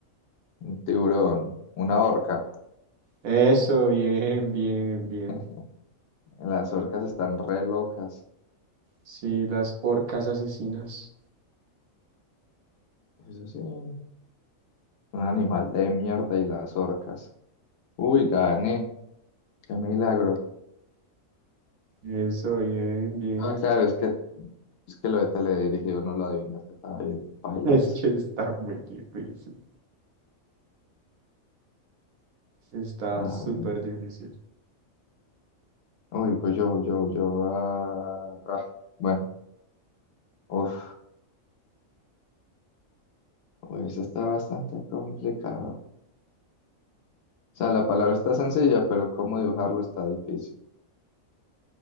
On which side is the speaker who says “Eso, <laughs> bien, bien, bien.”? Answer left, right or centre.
Right